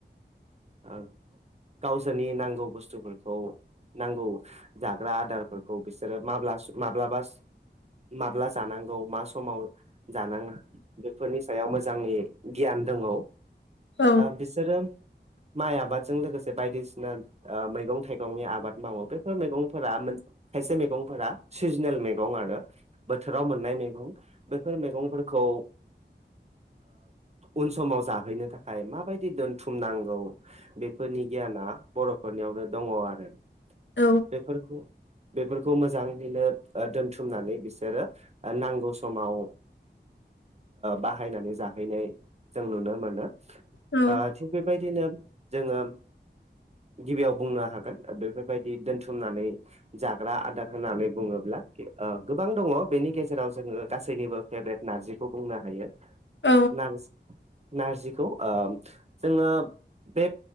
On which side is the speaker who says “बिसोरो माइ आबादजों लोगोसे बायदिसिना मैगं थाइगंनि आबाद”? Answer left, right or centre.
Right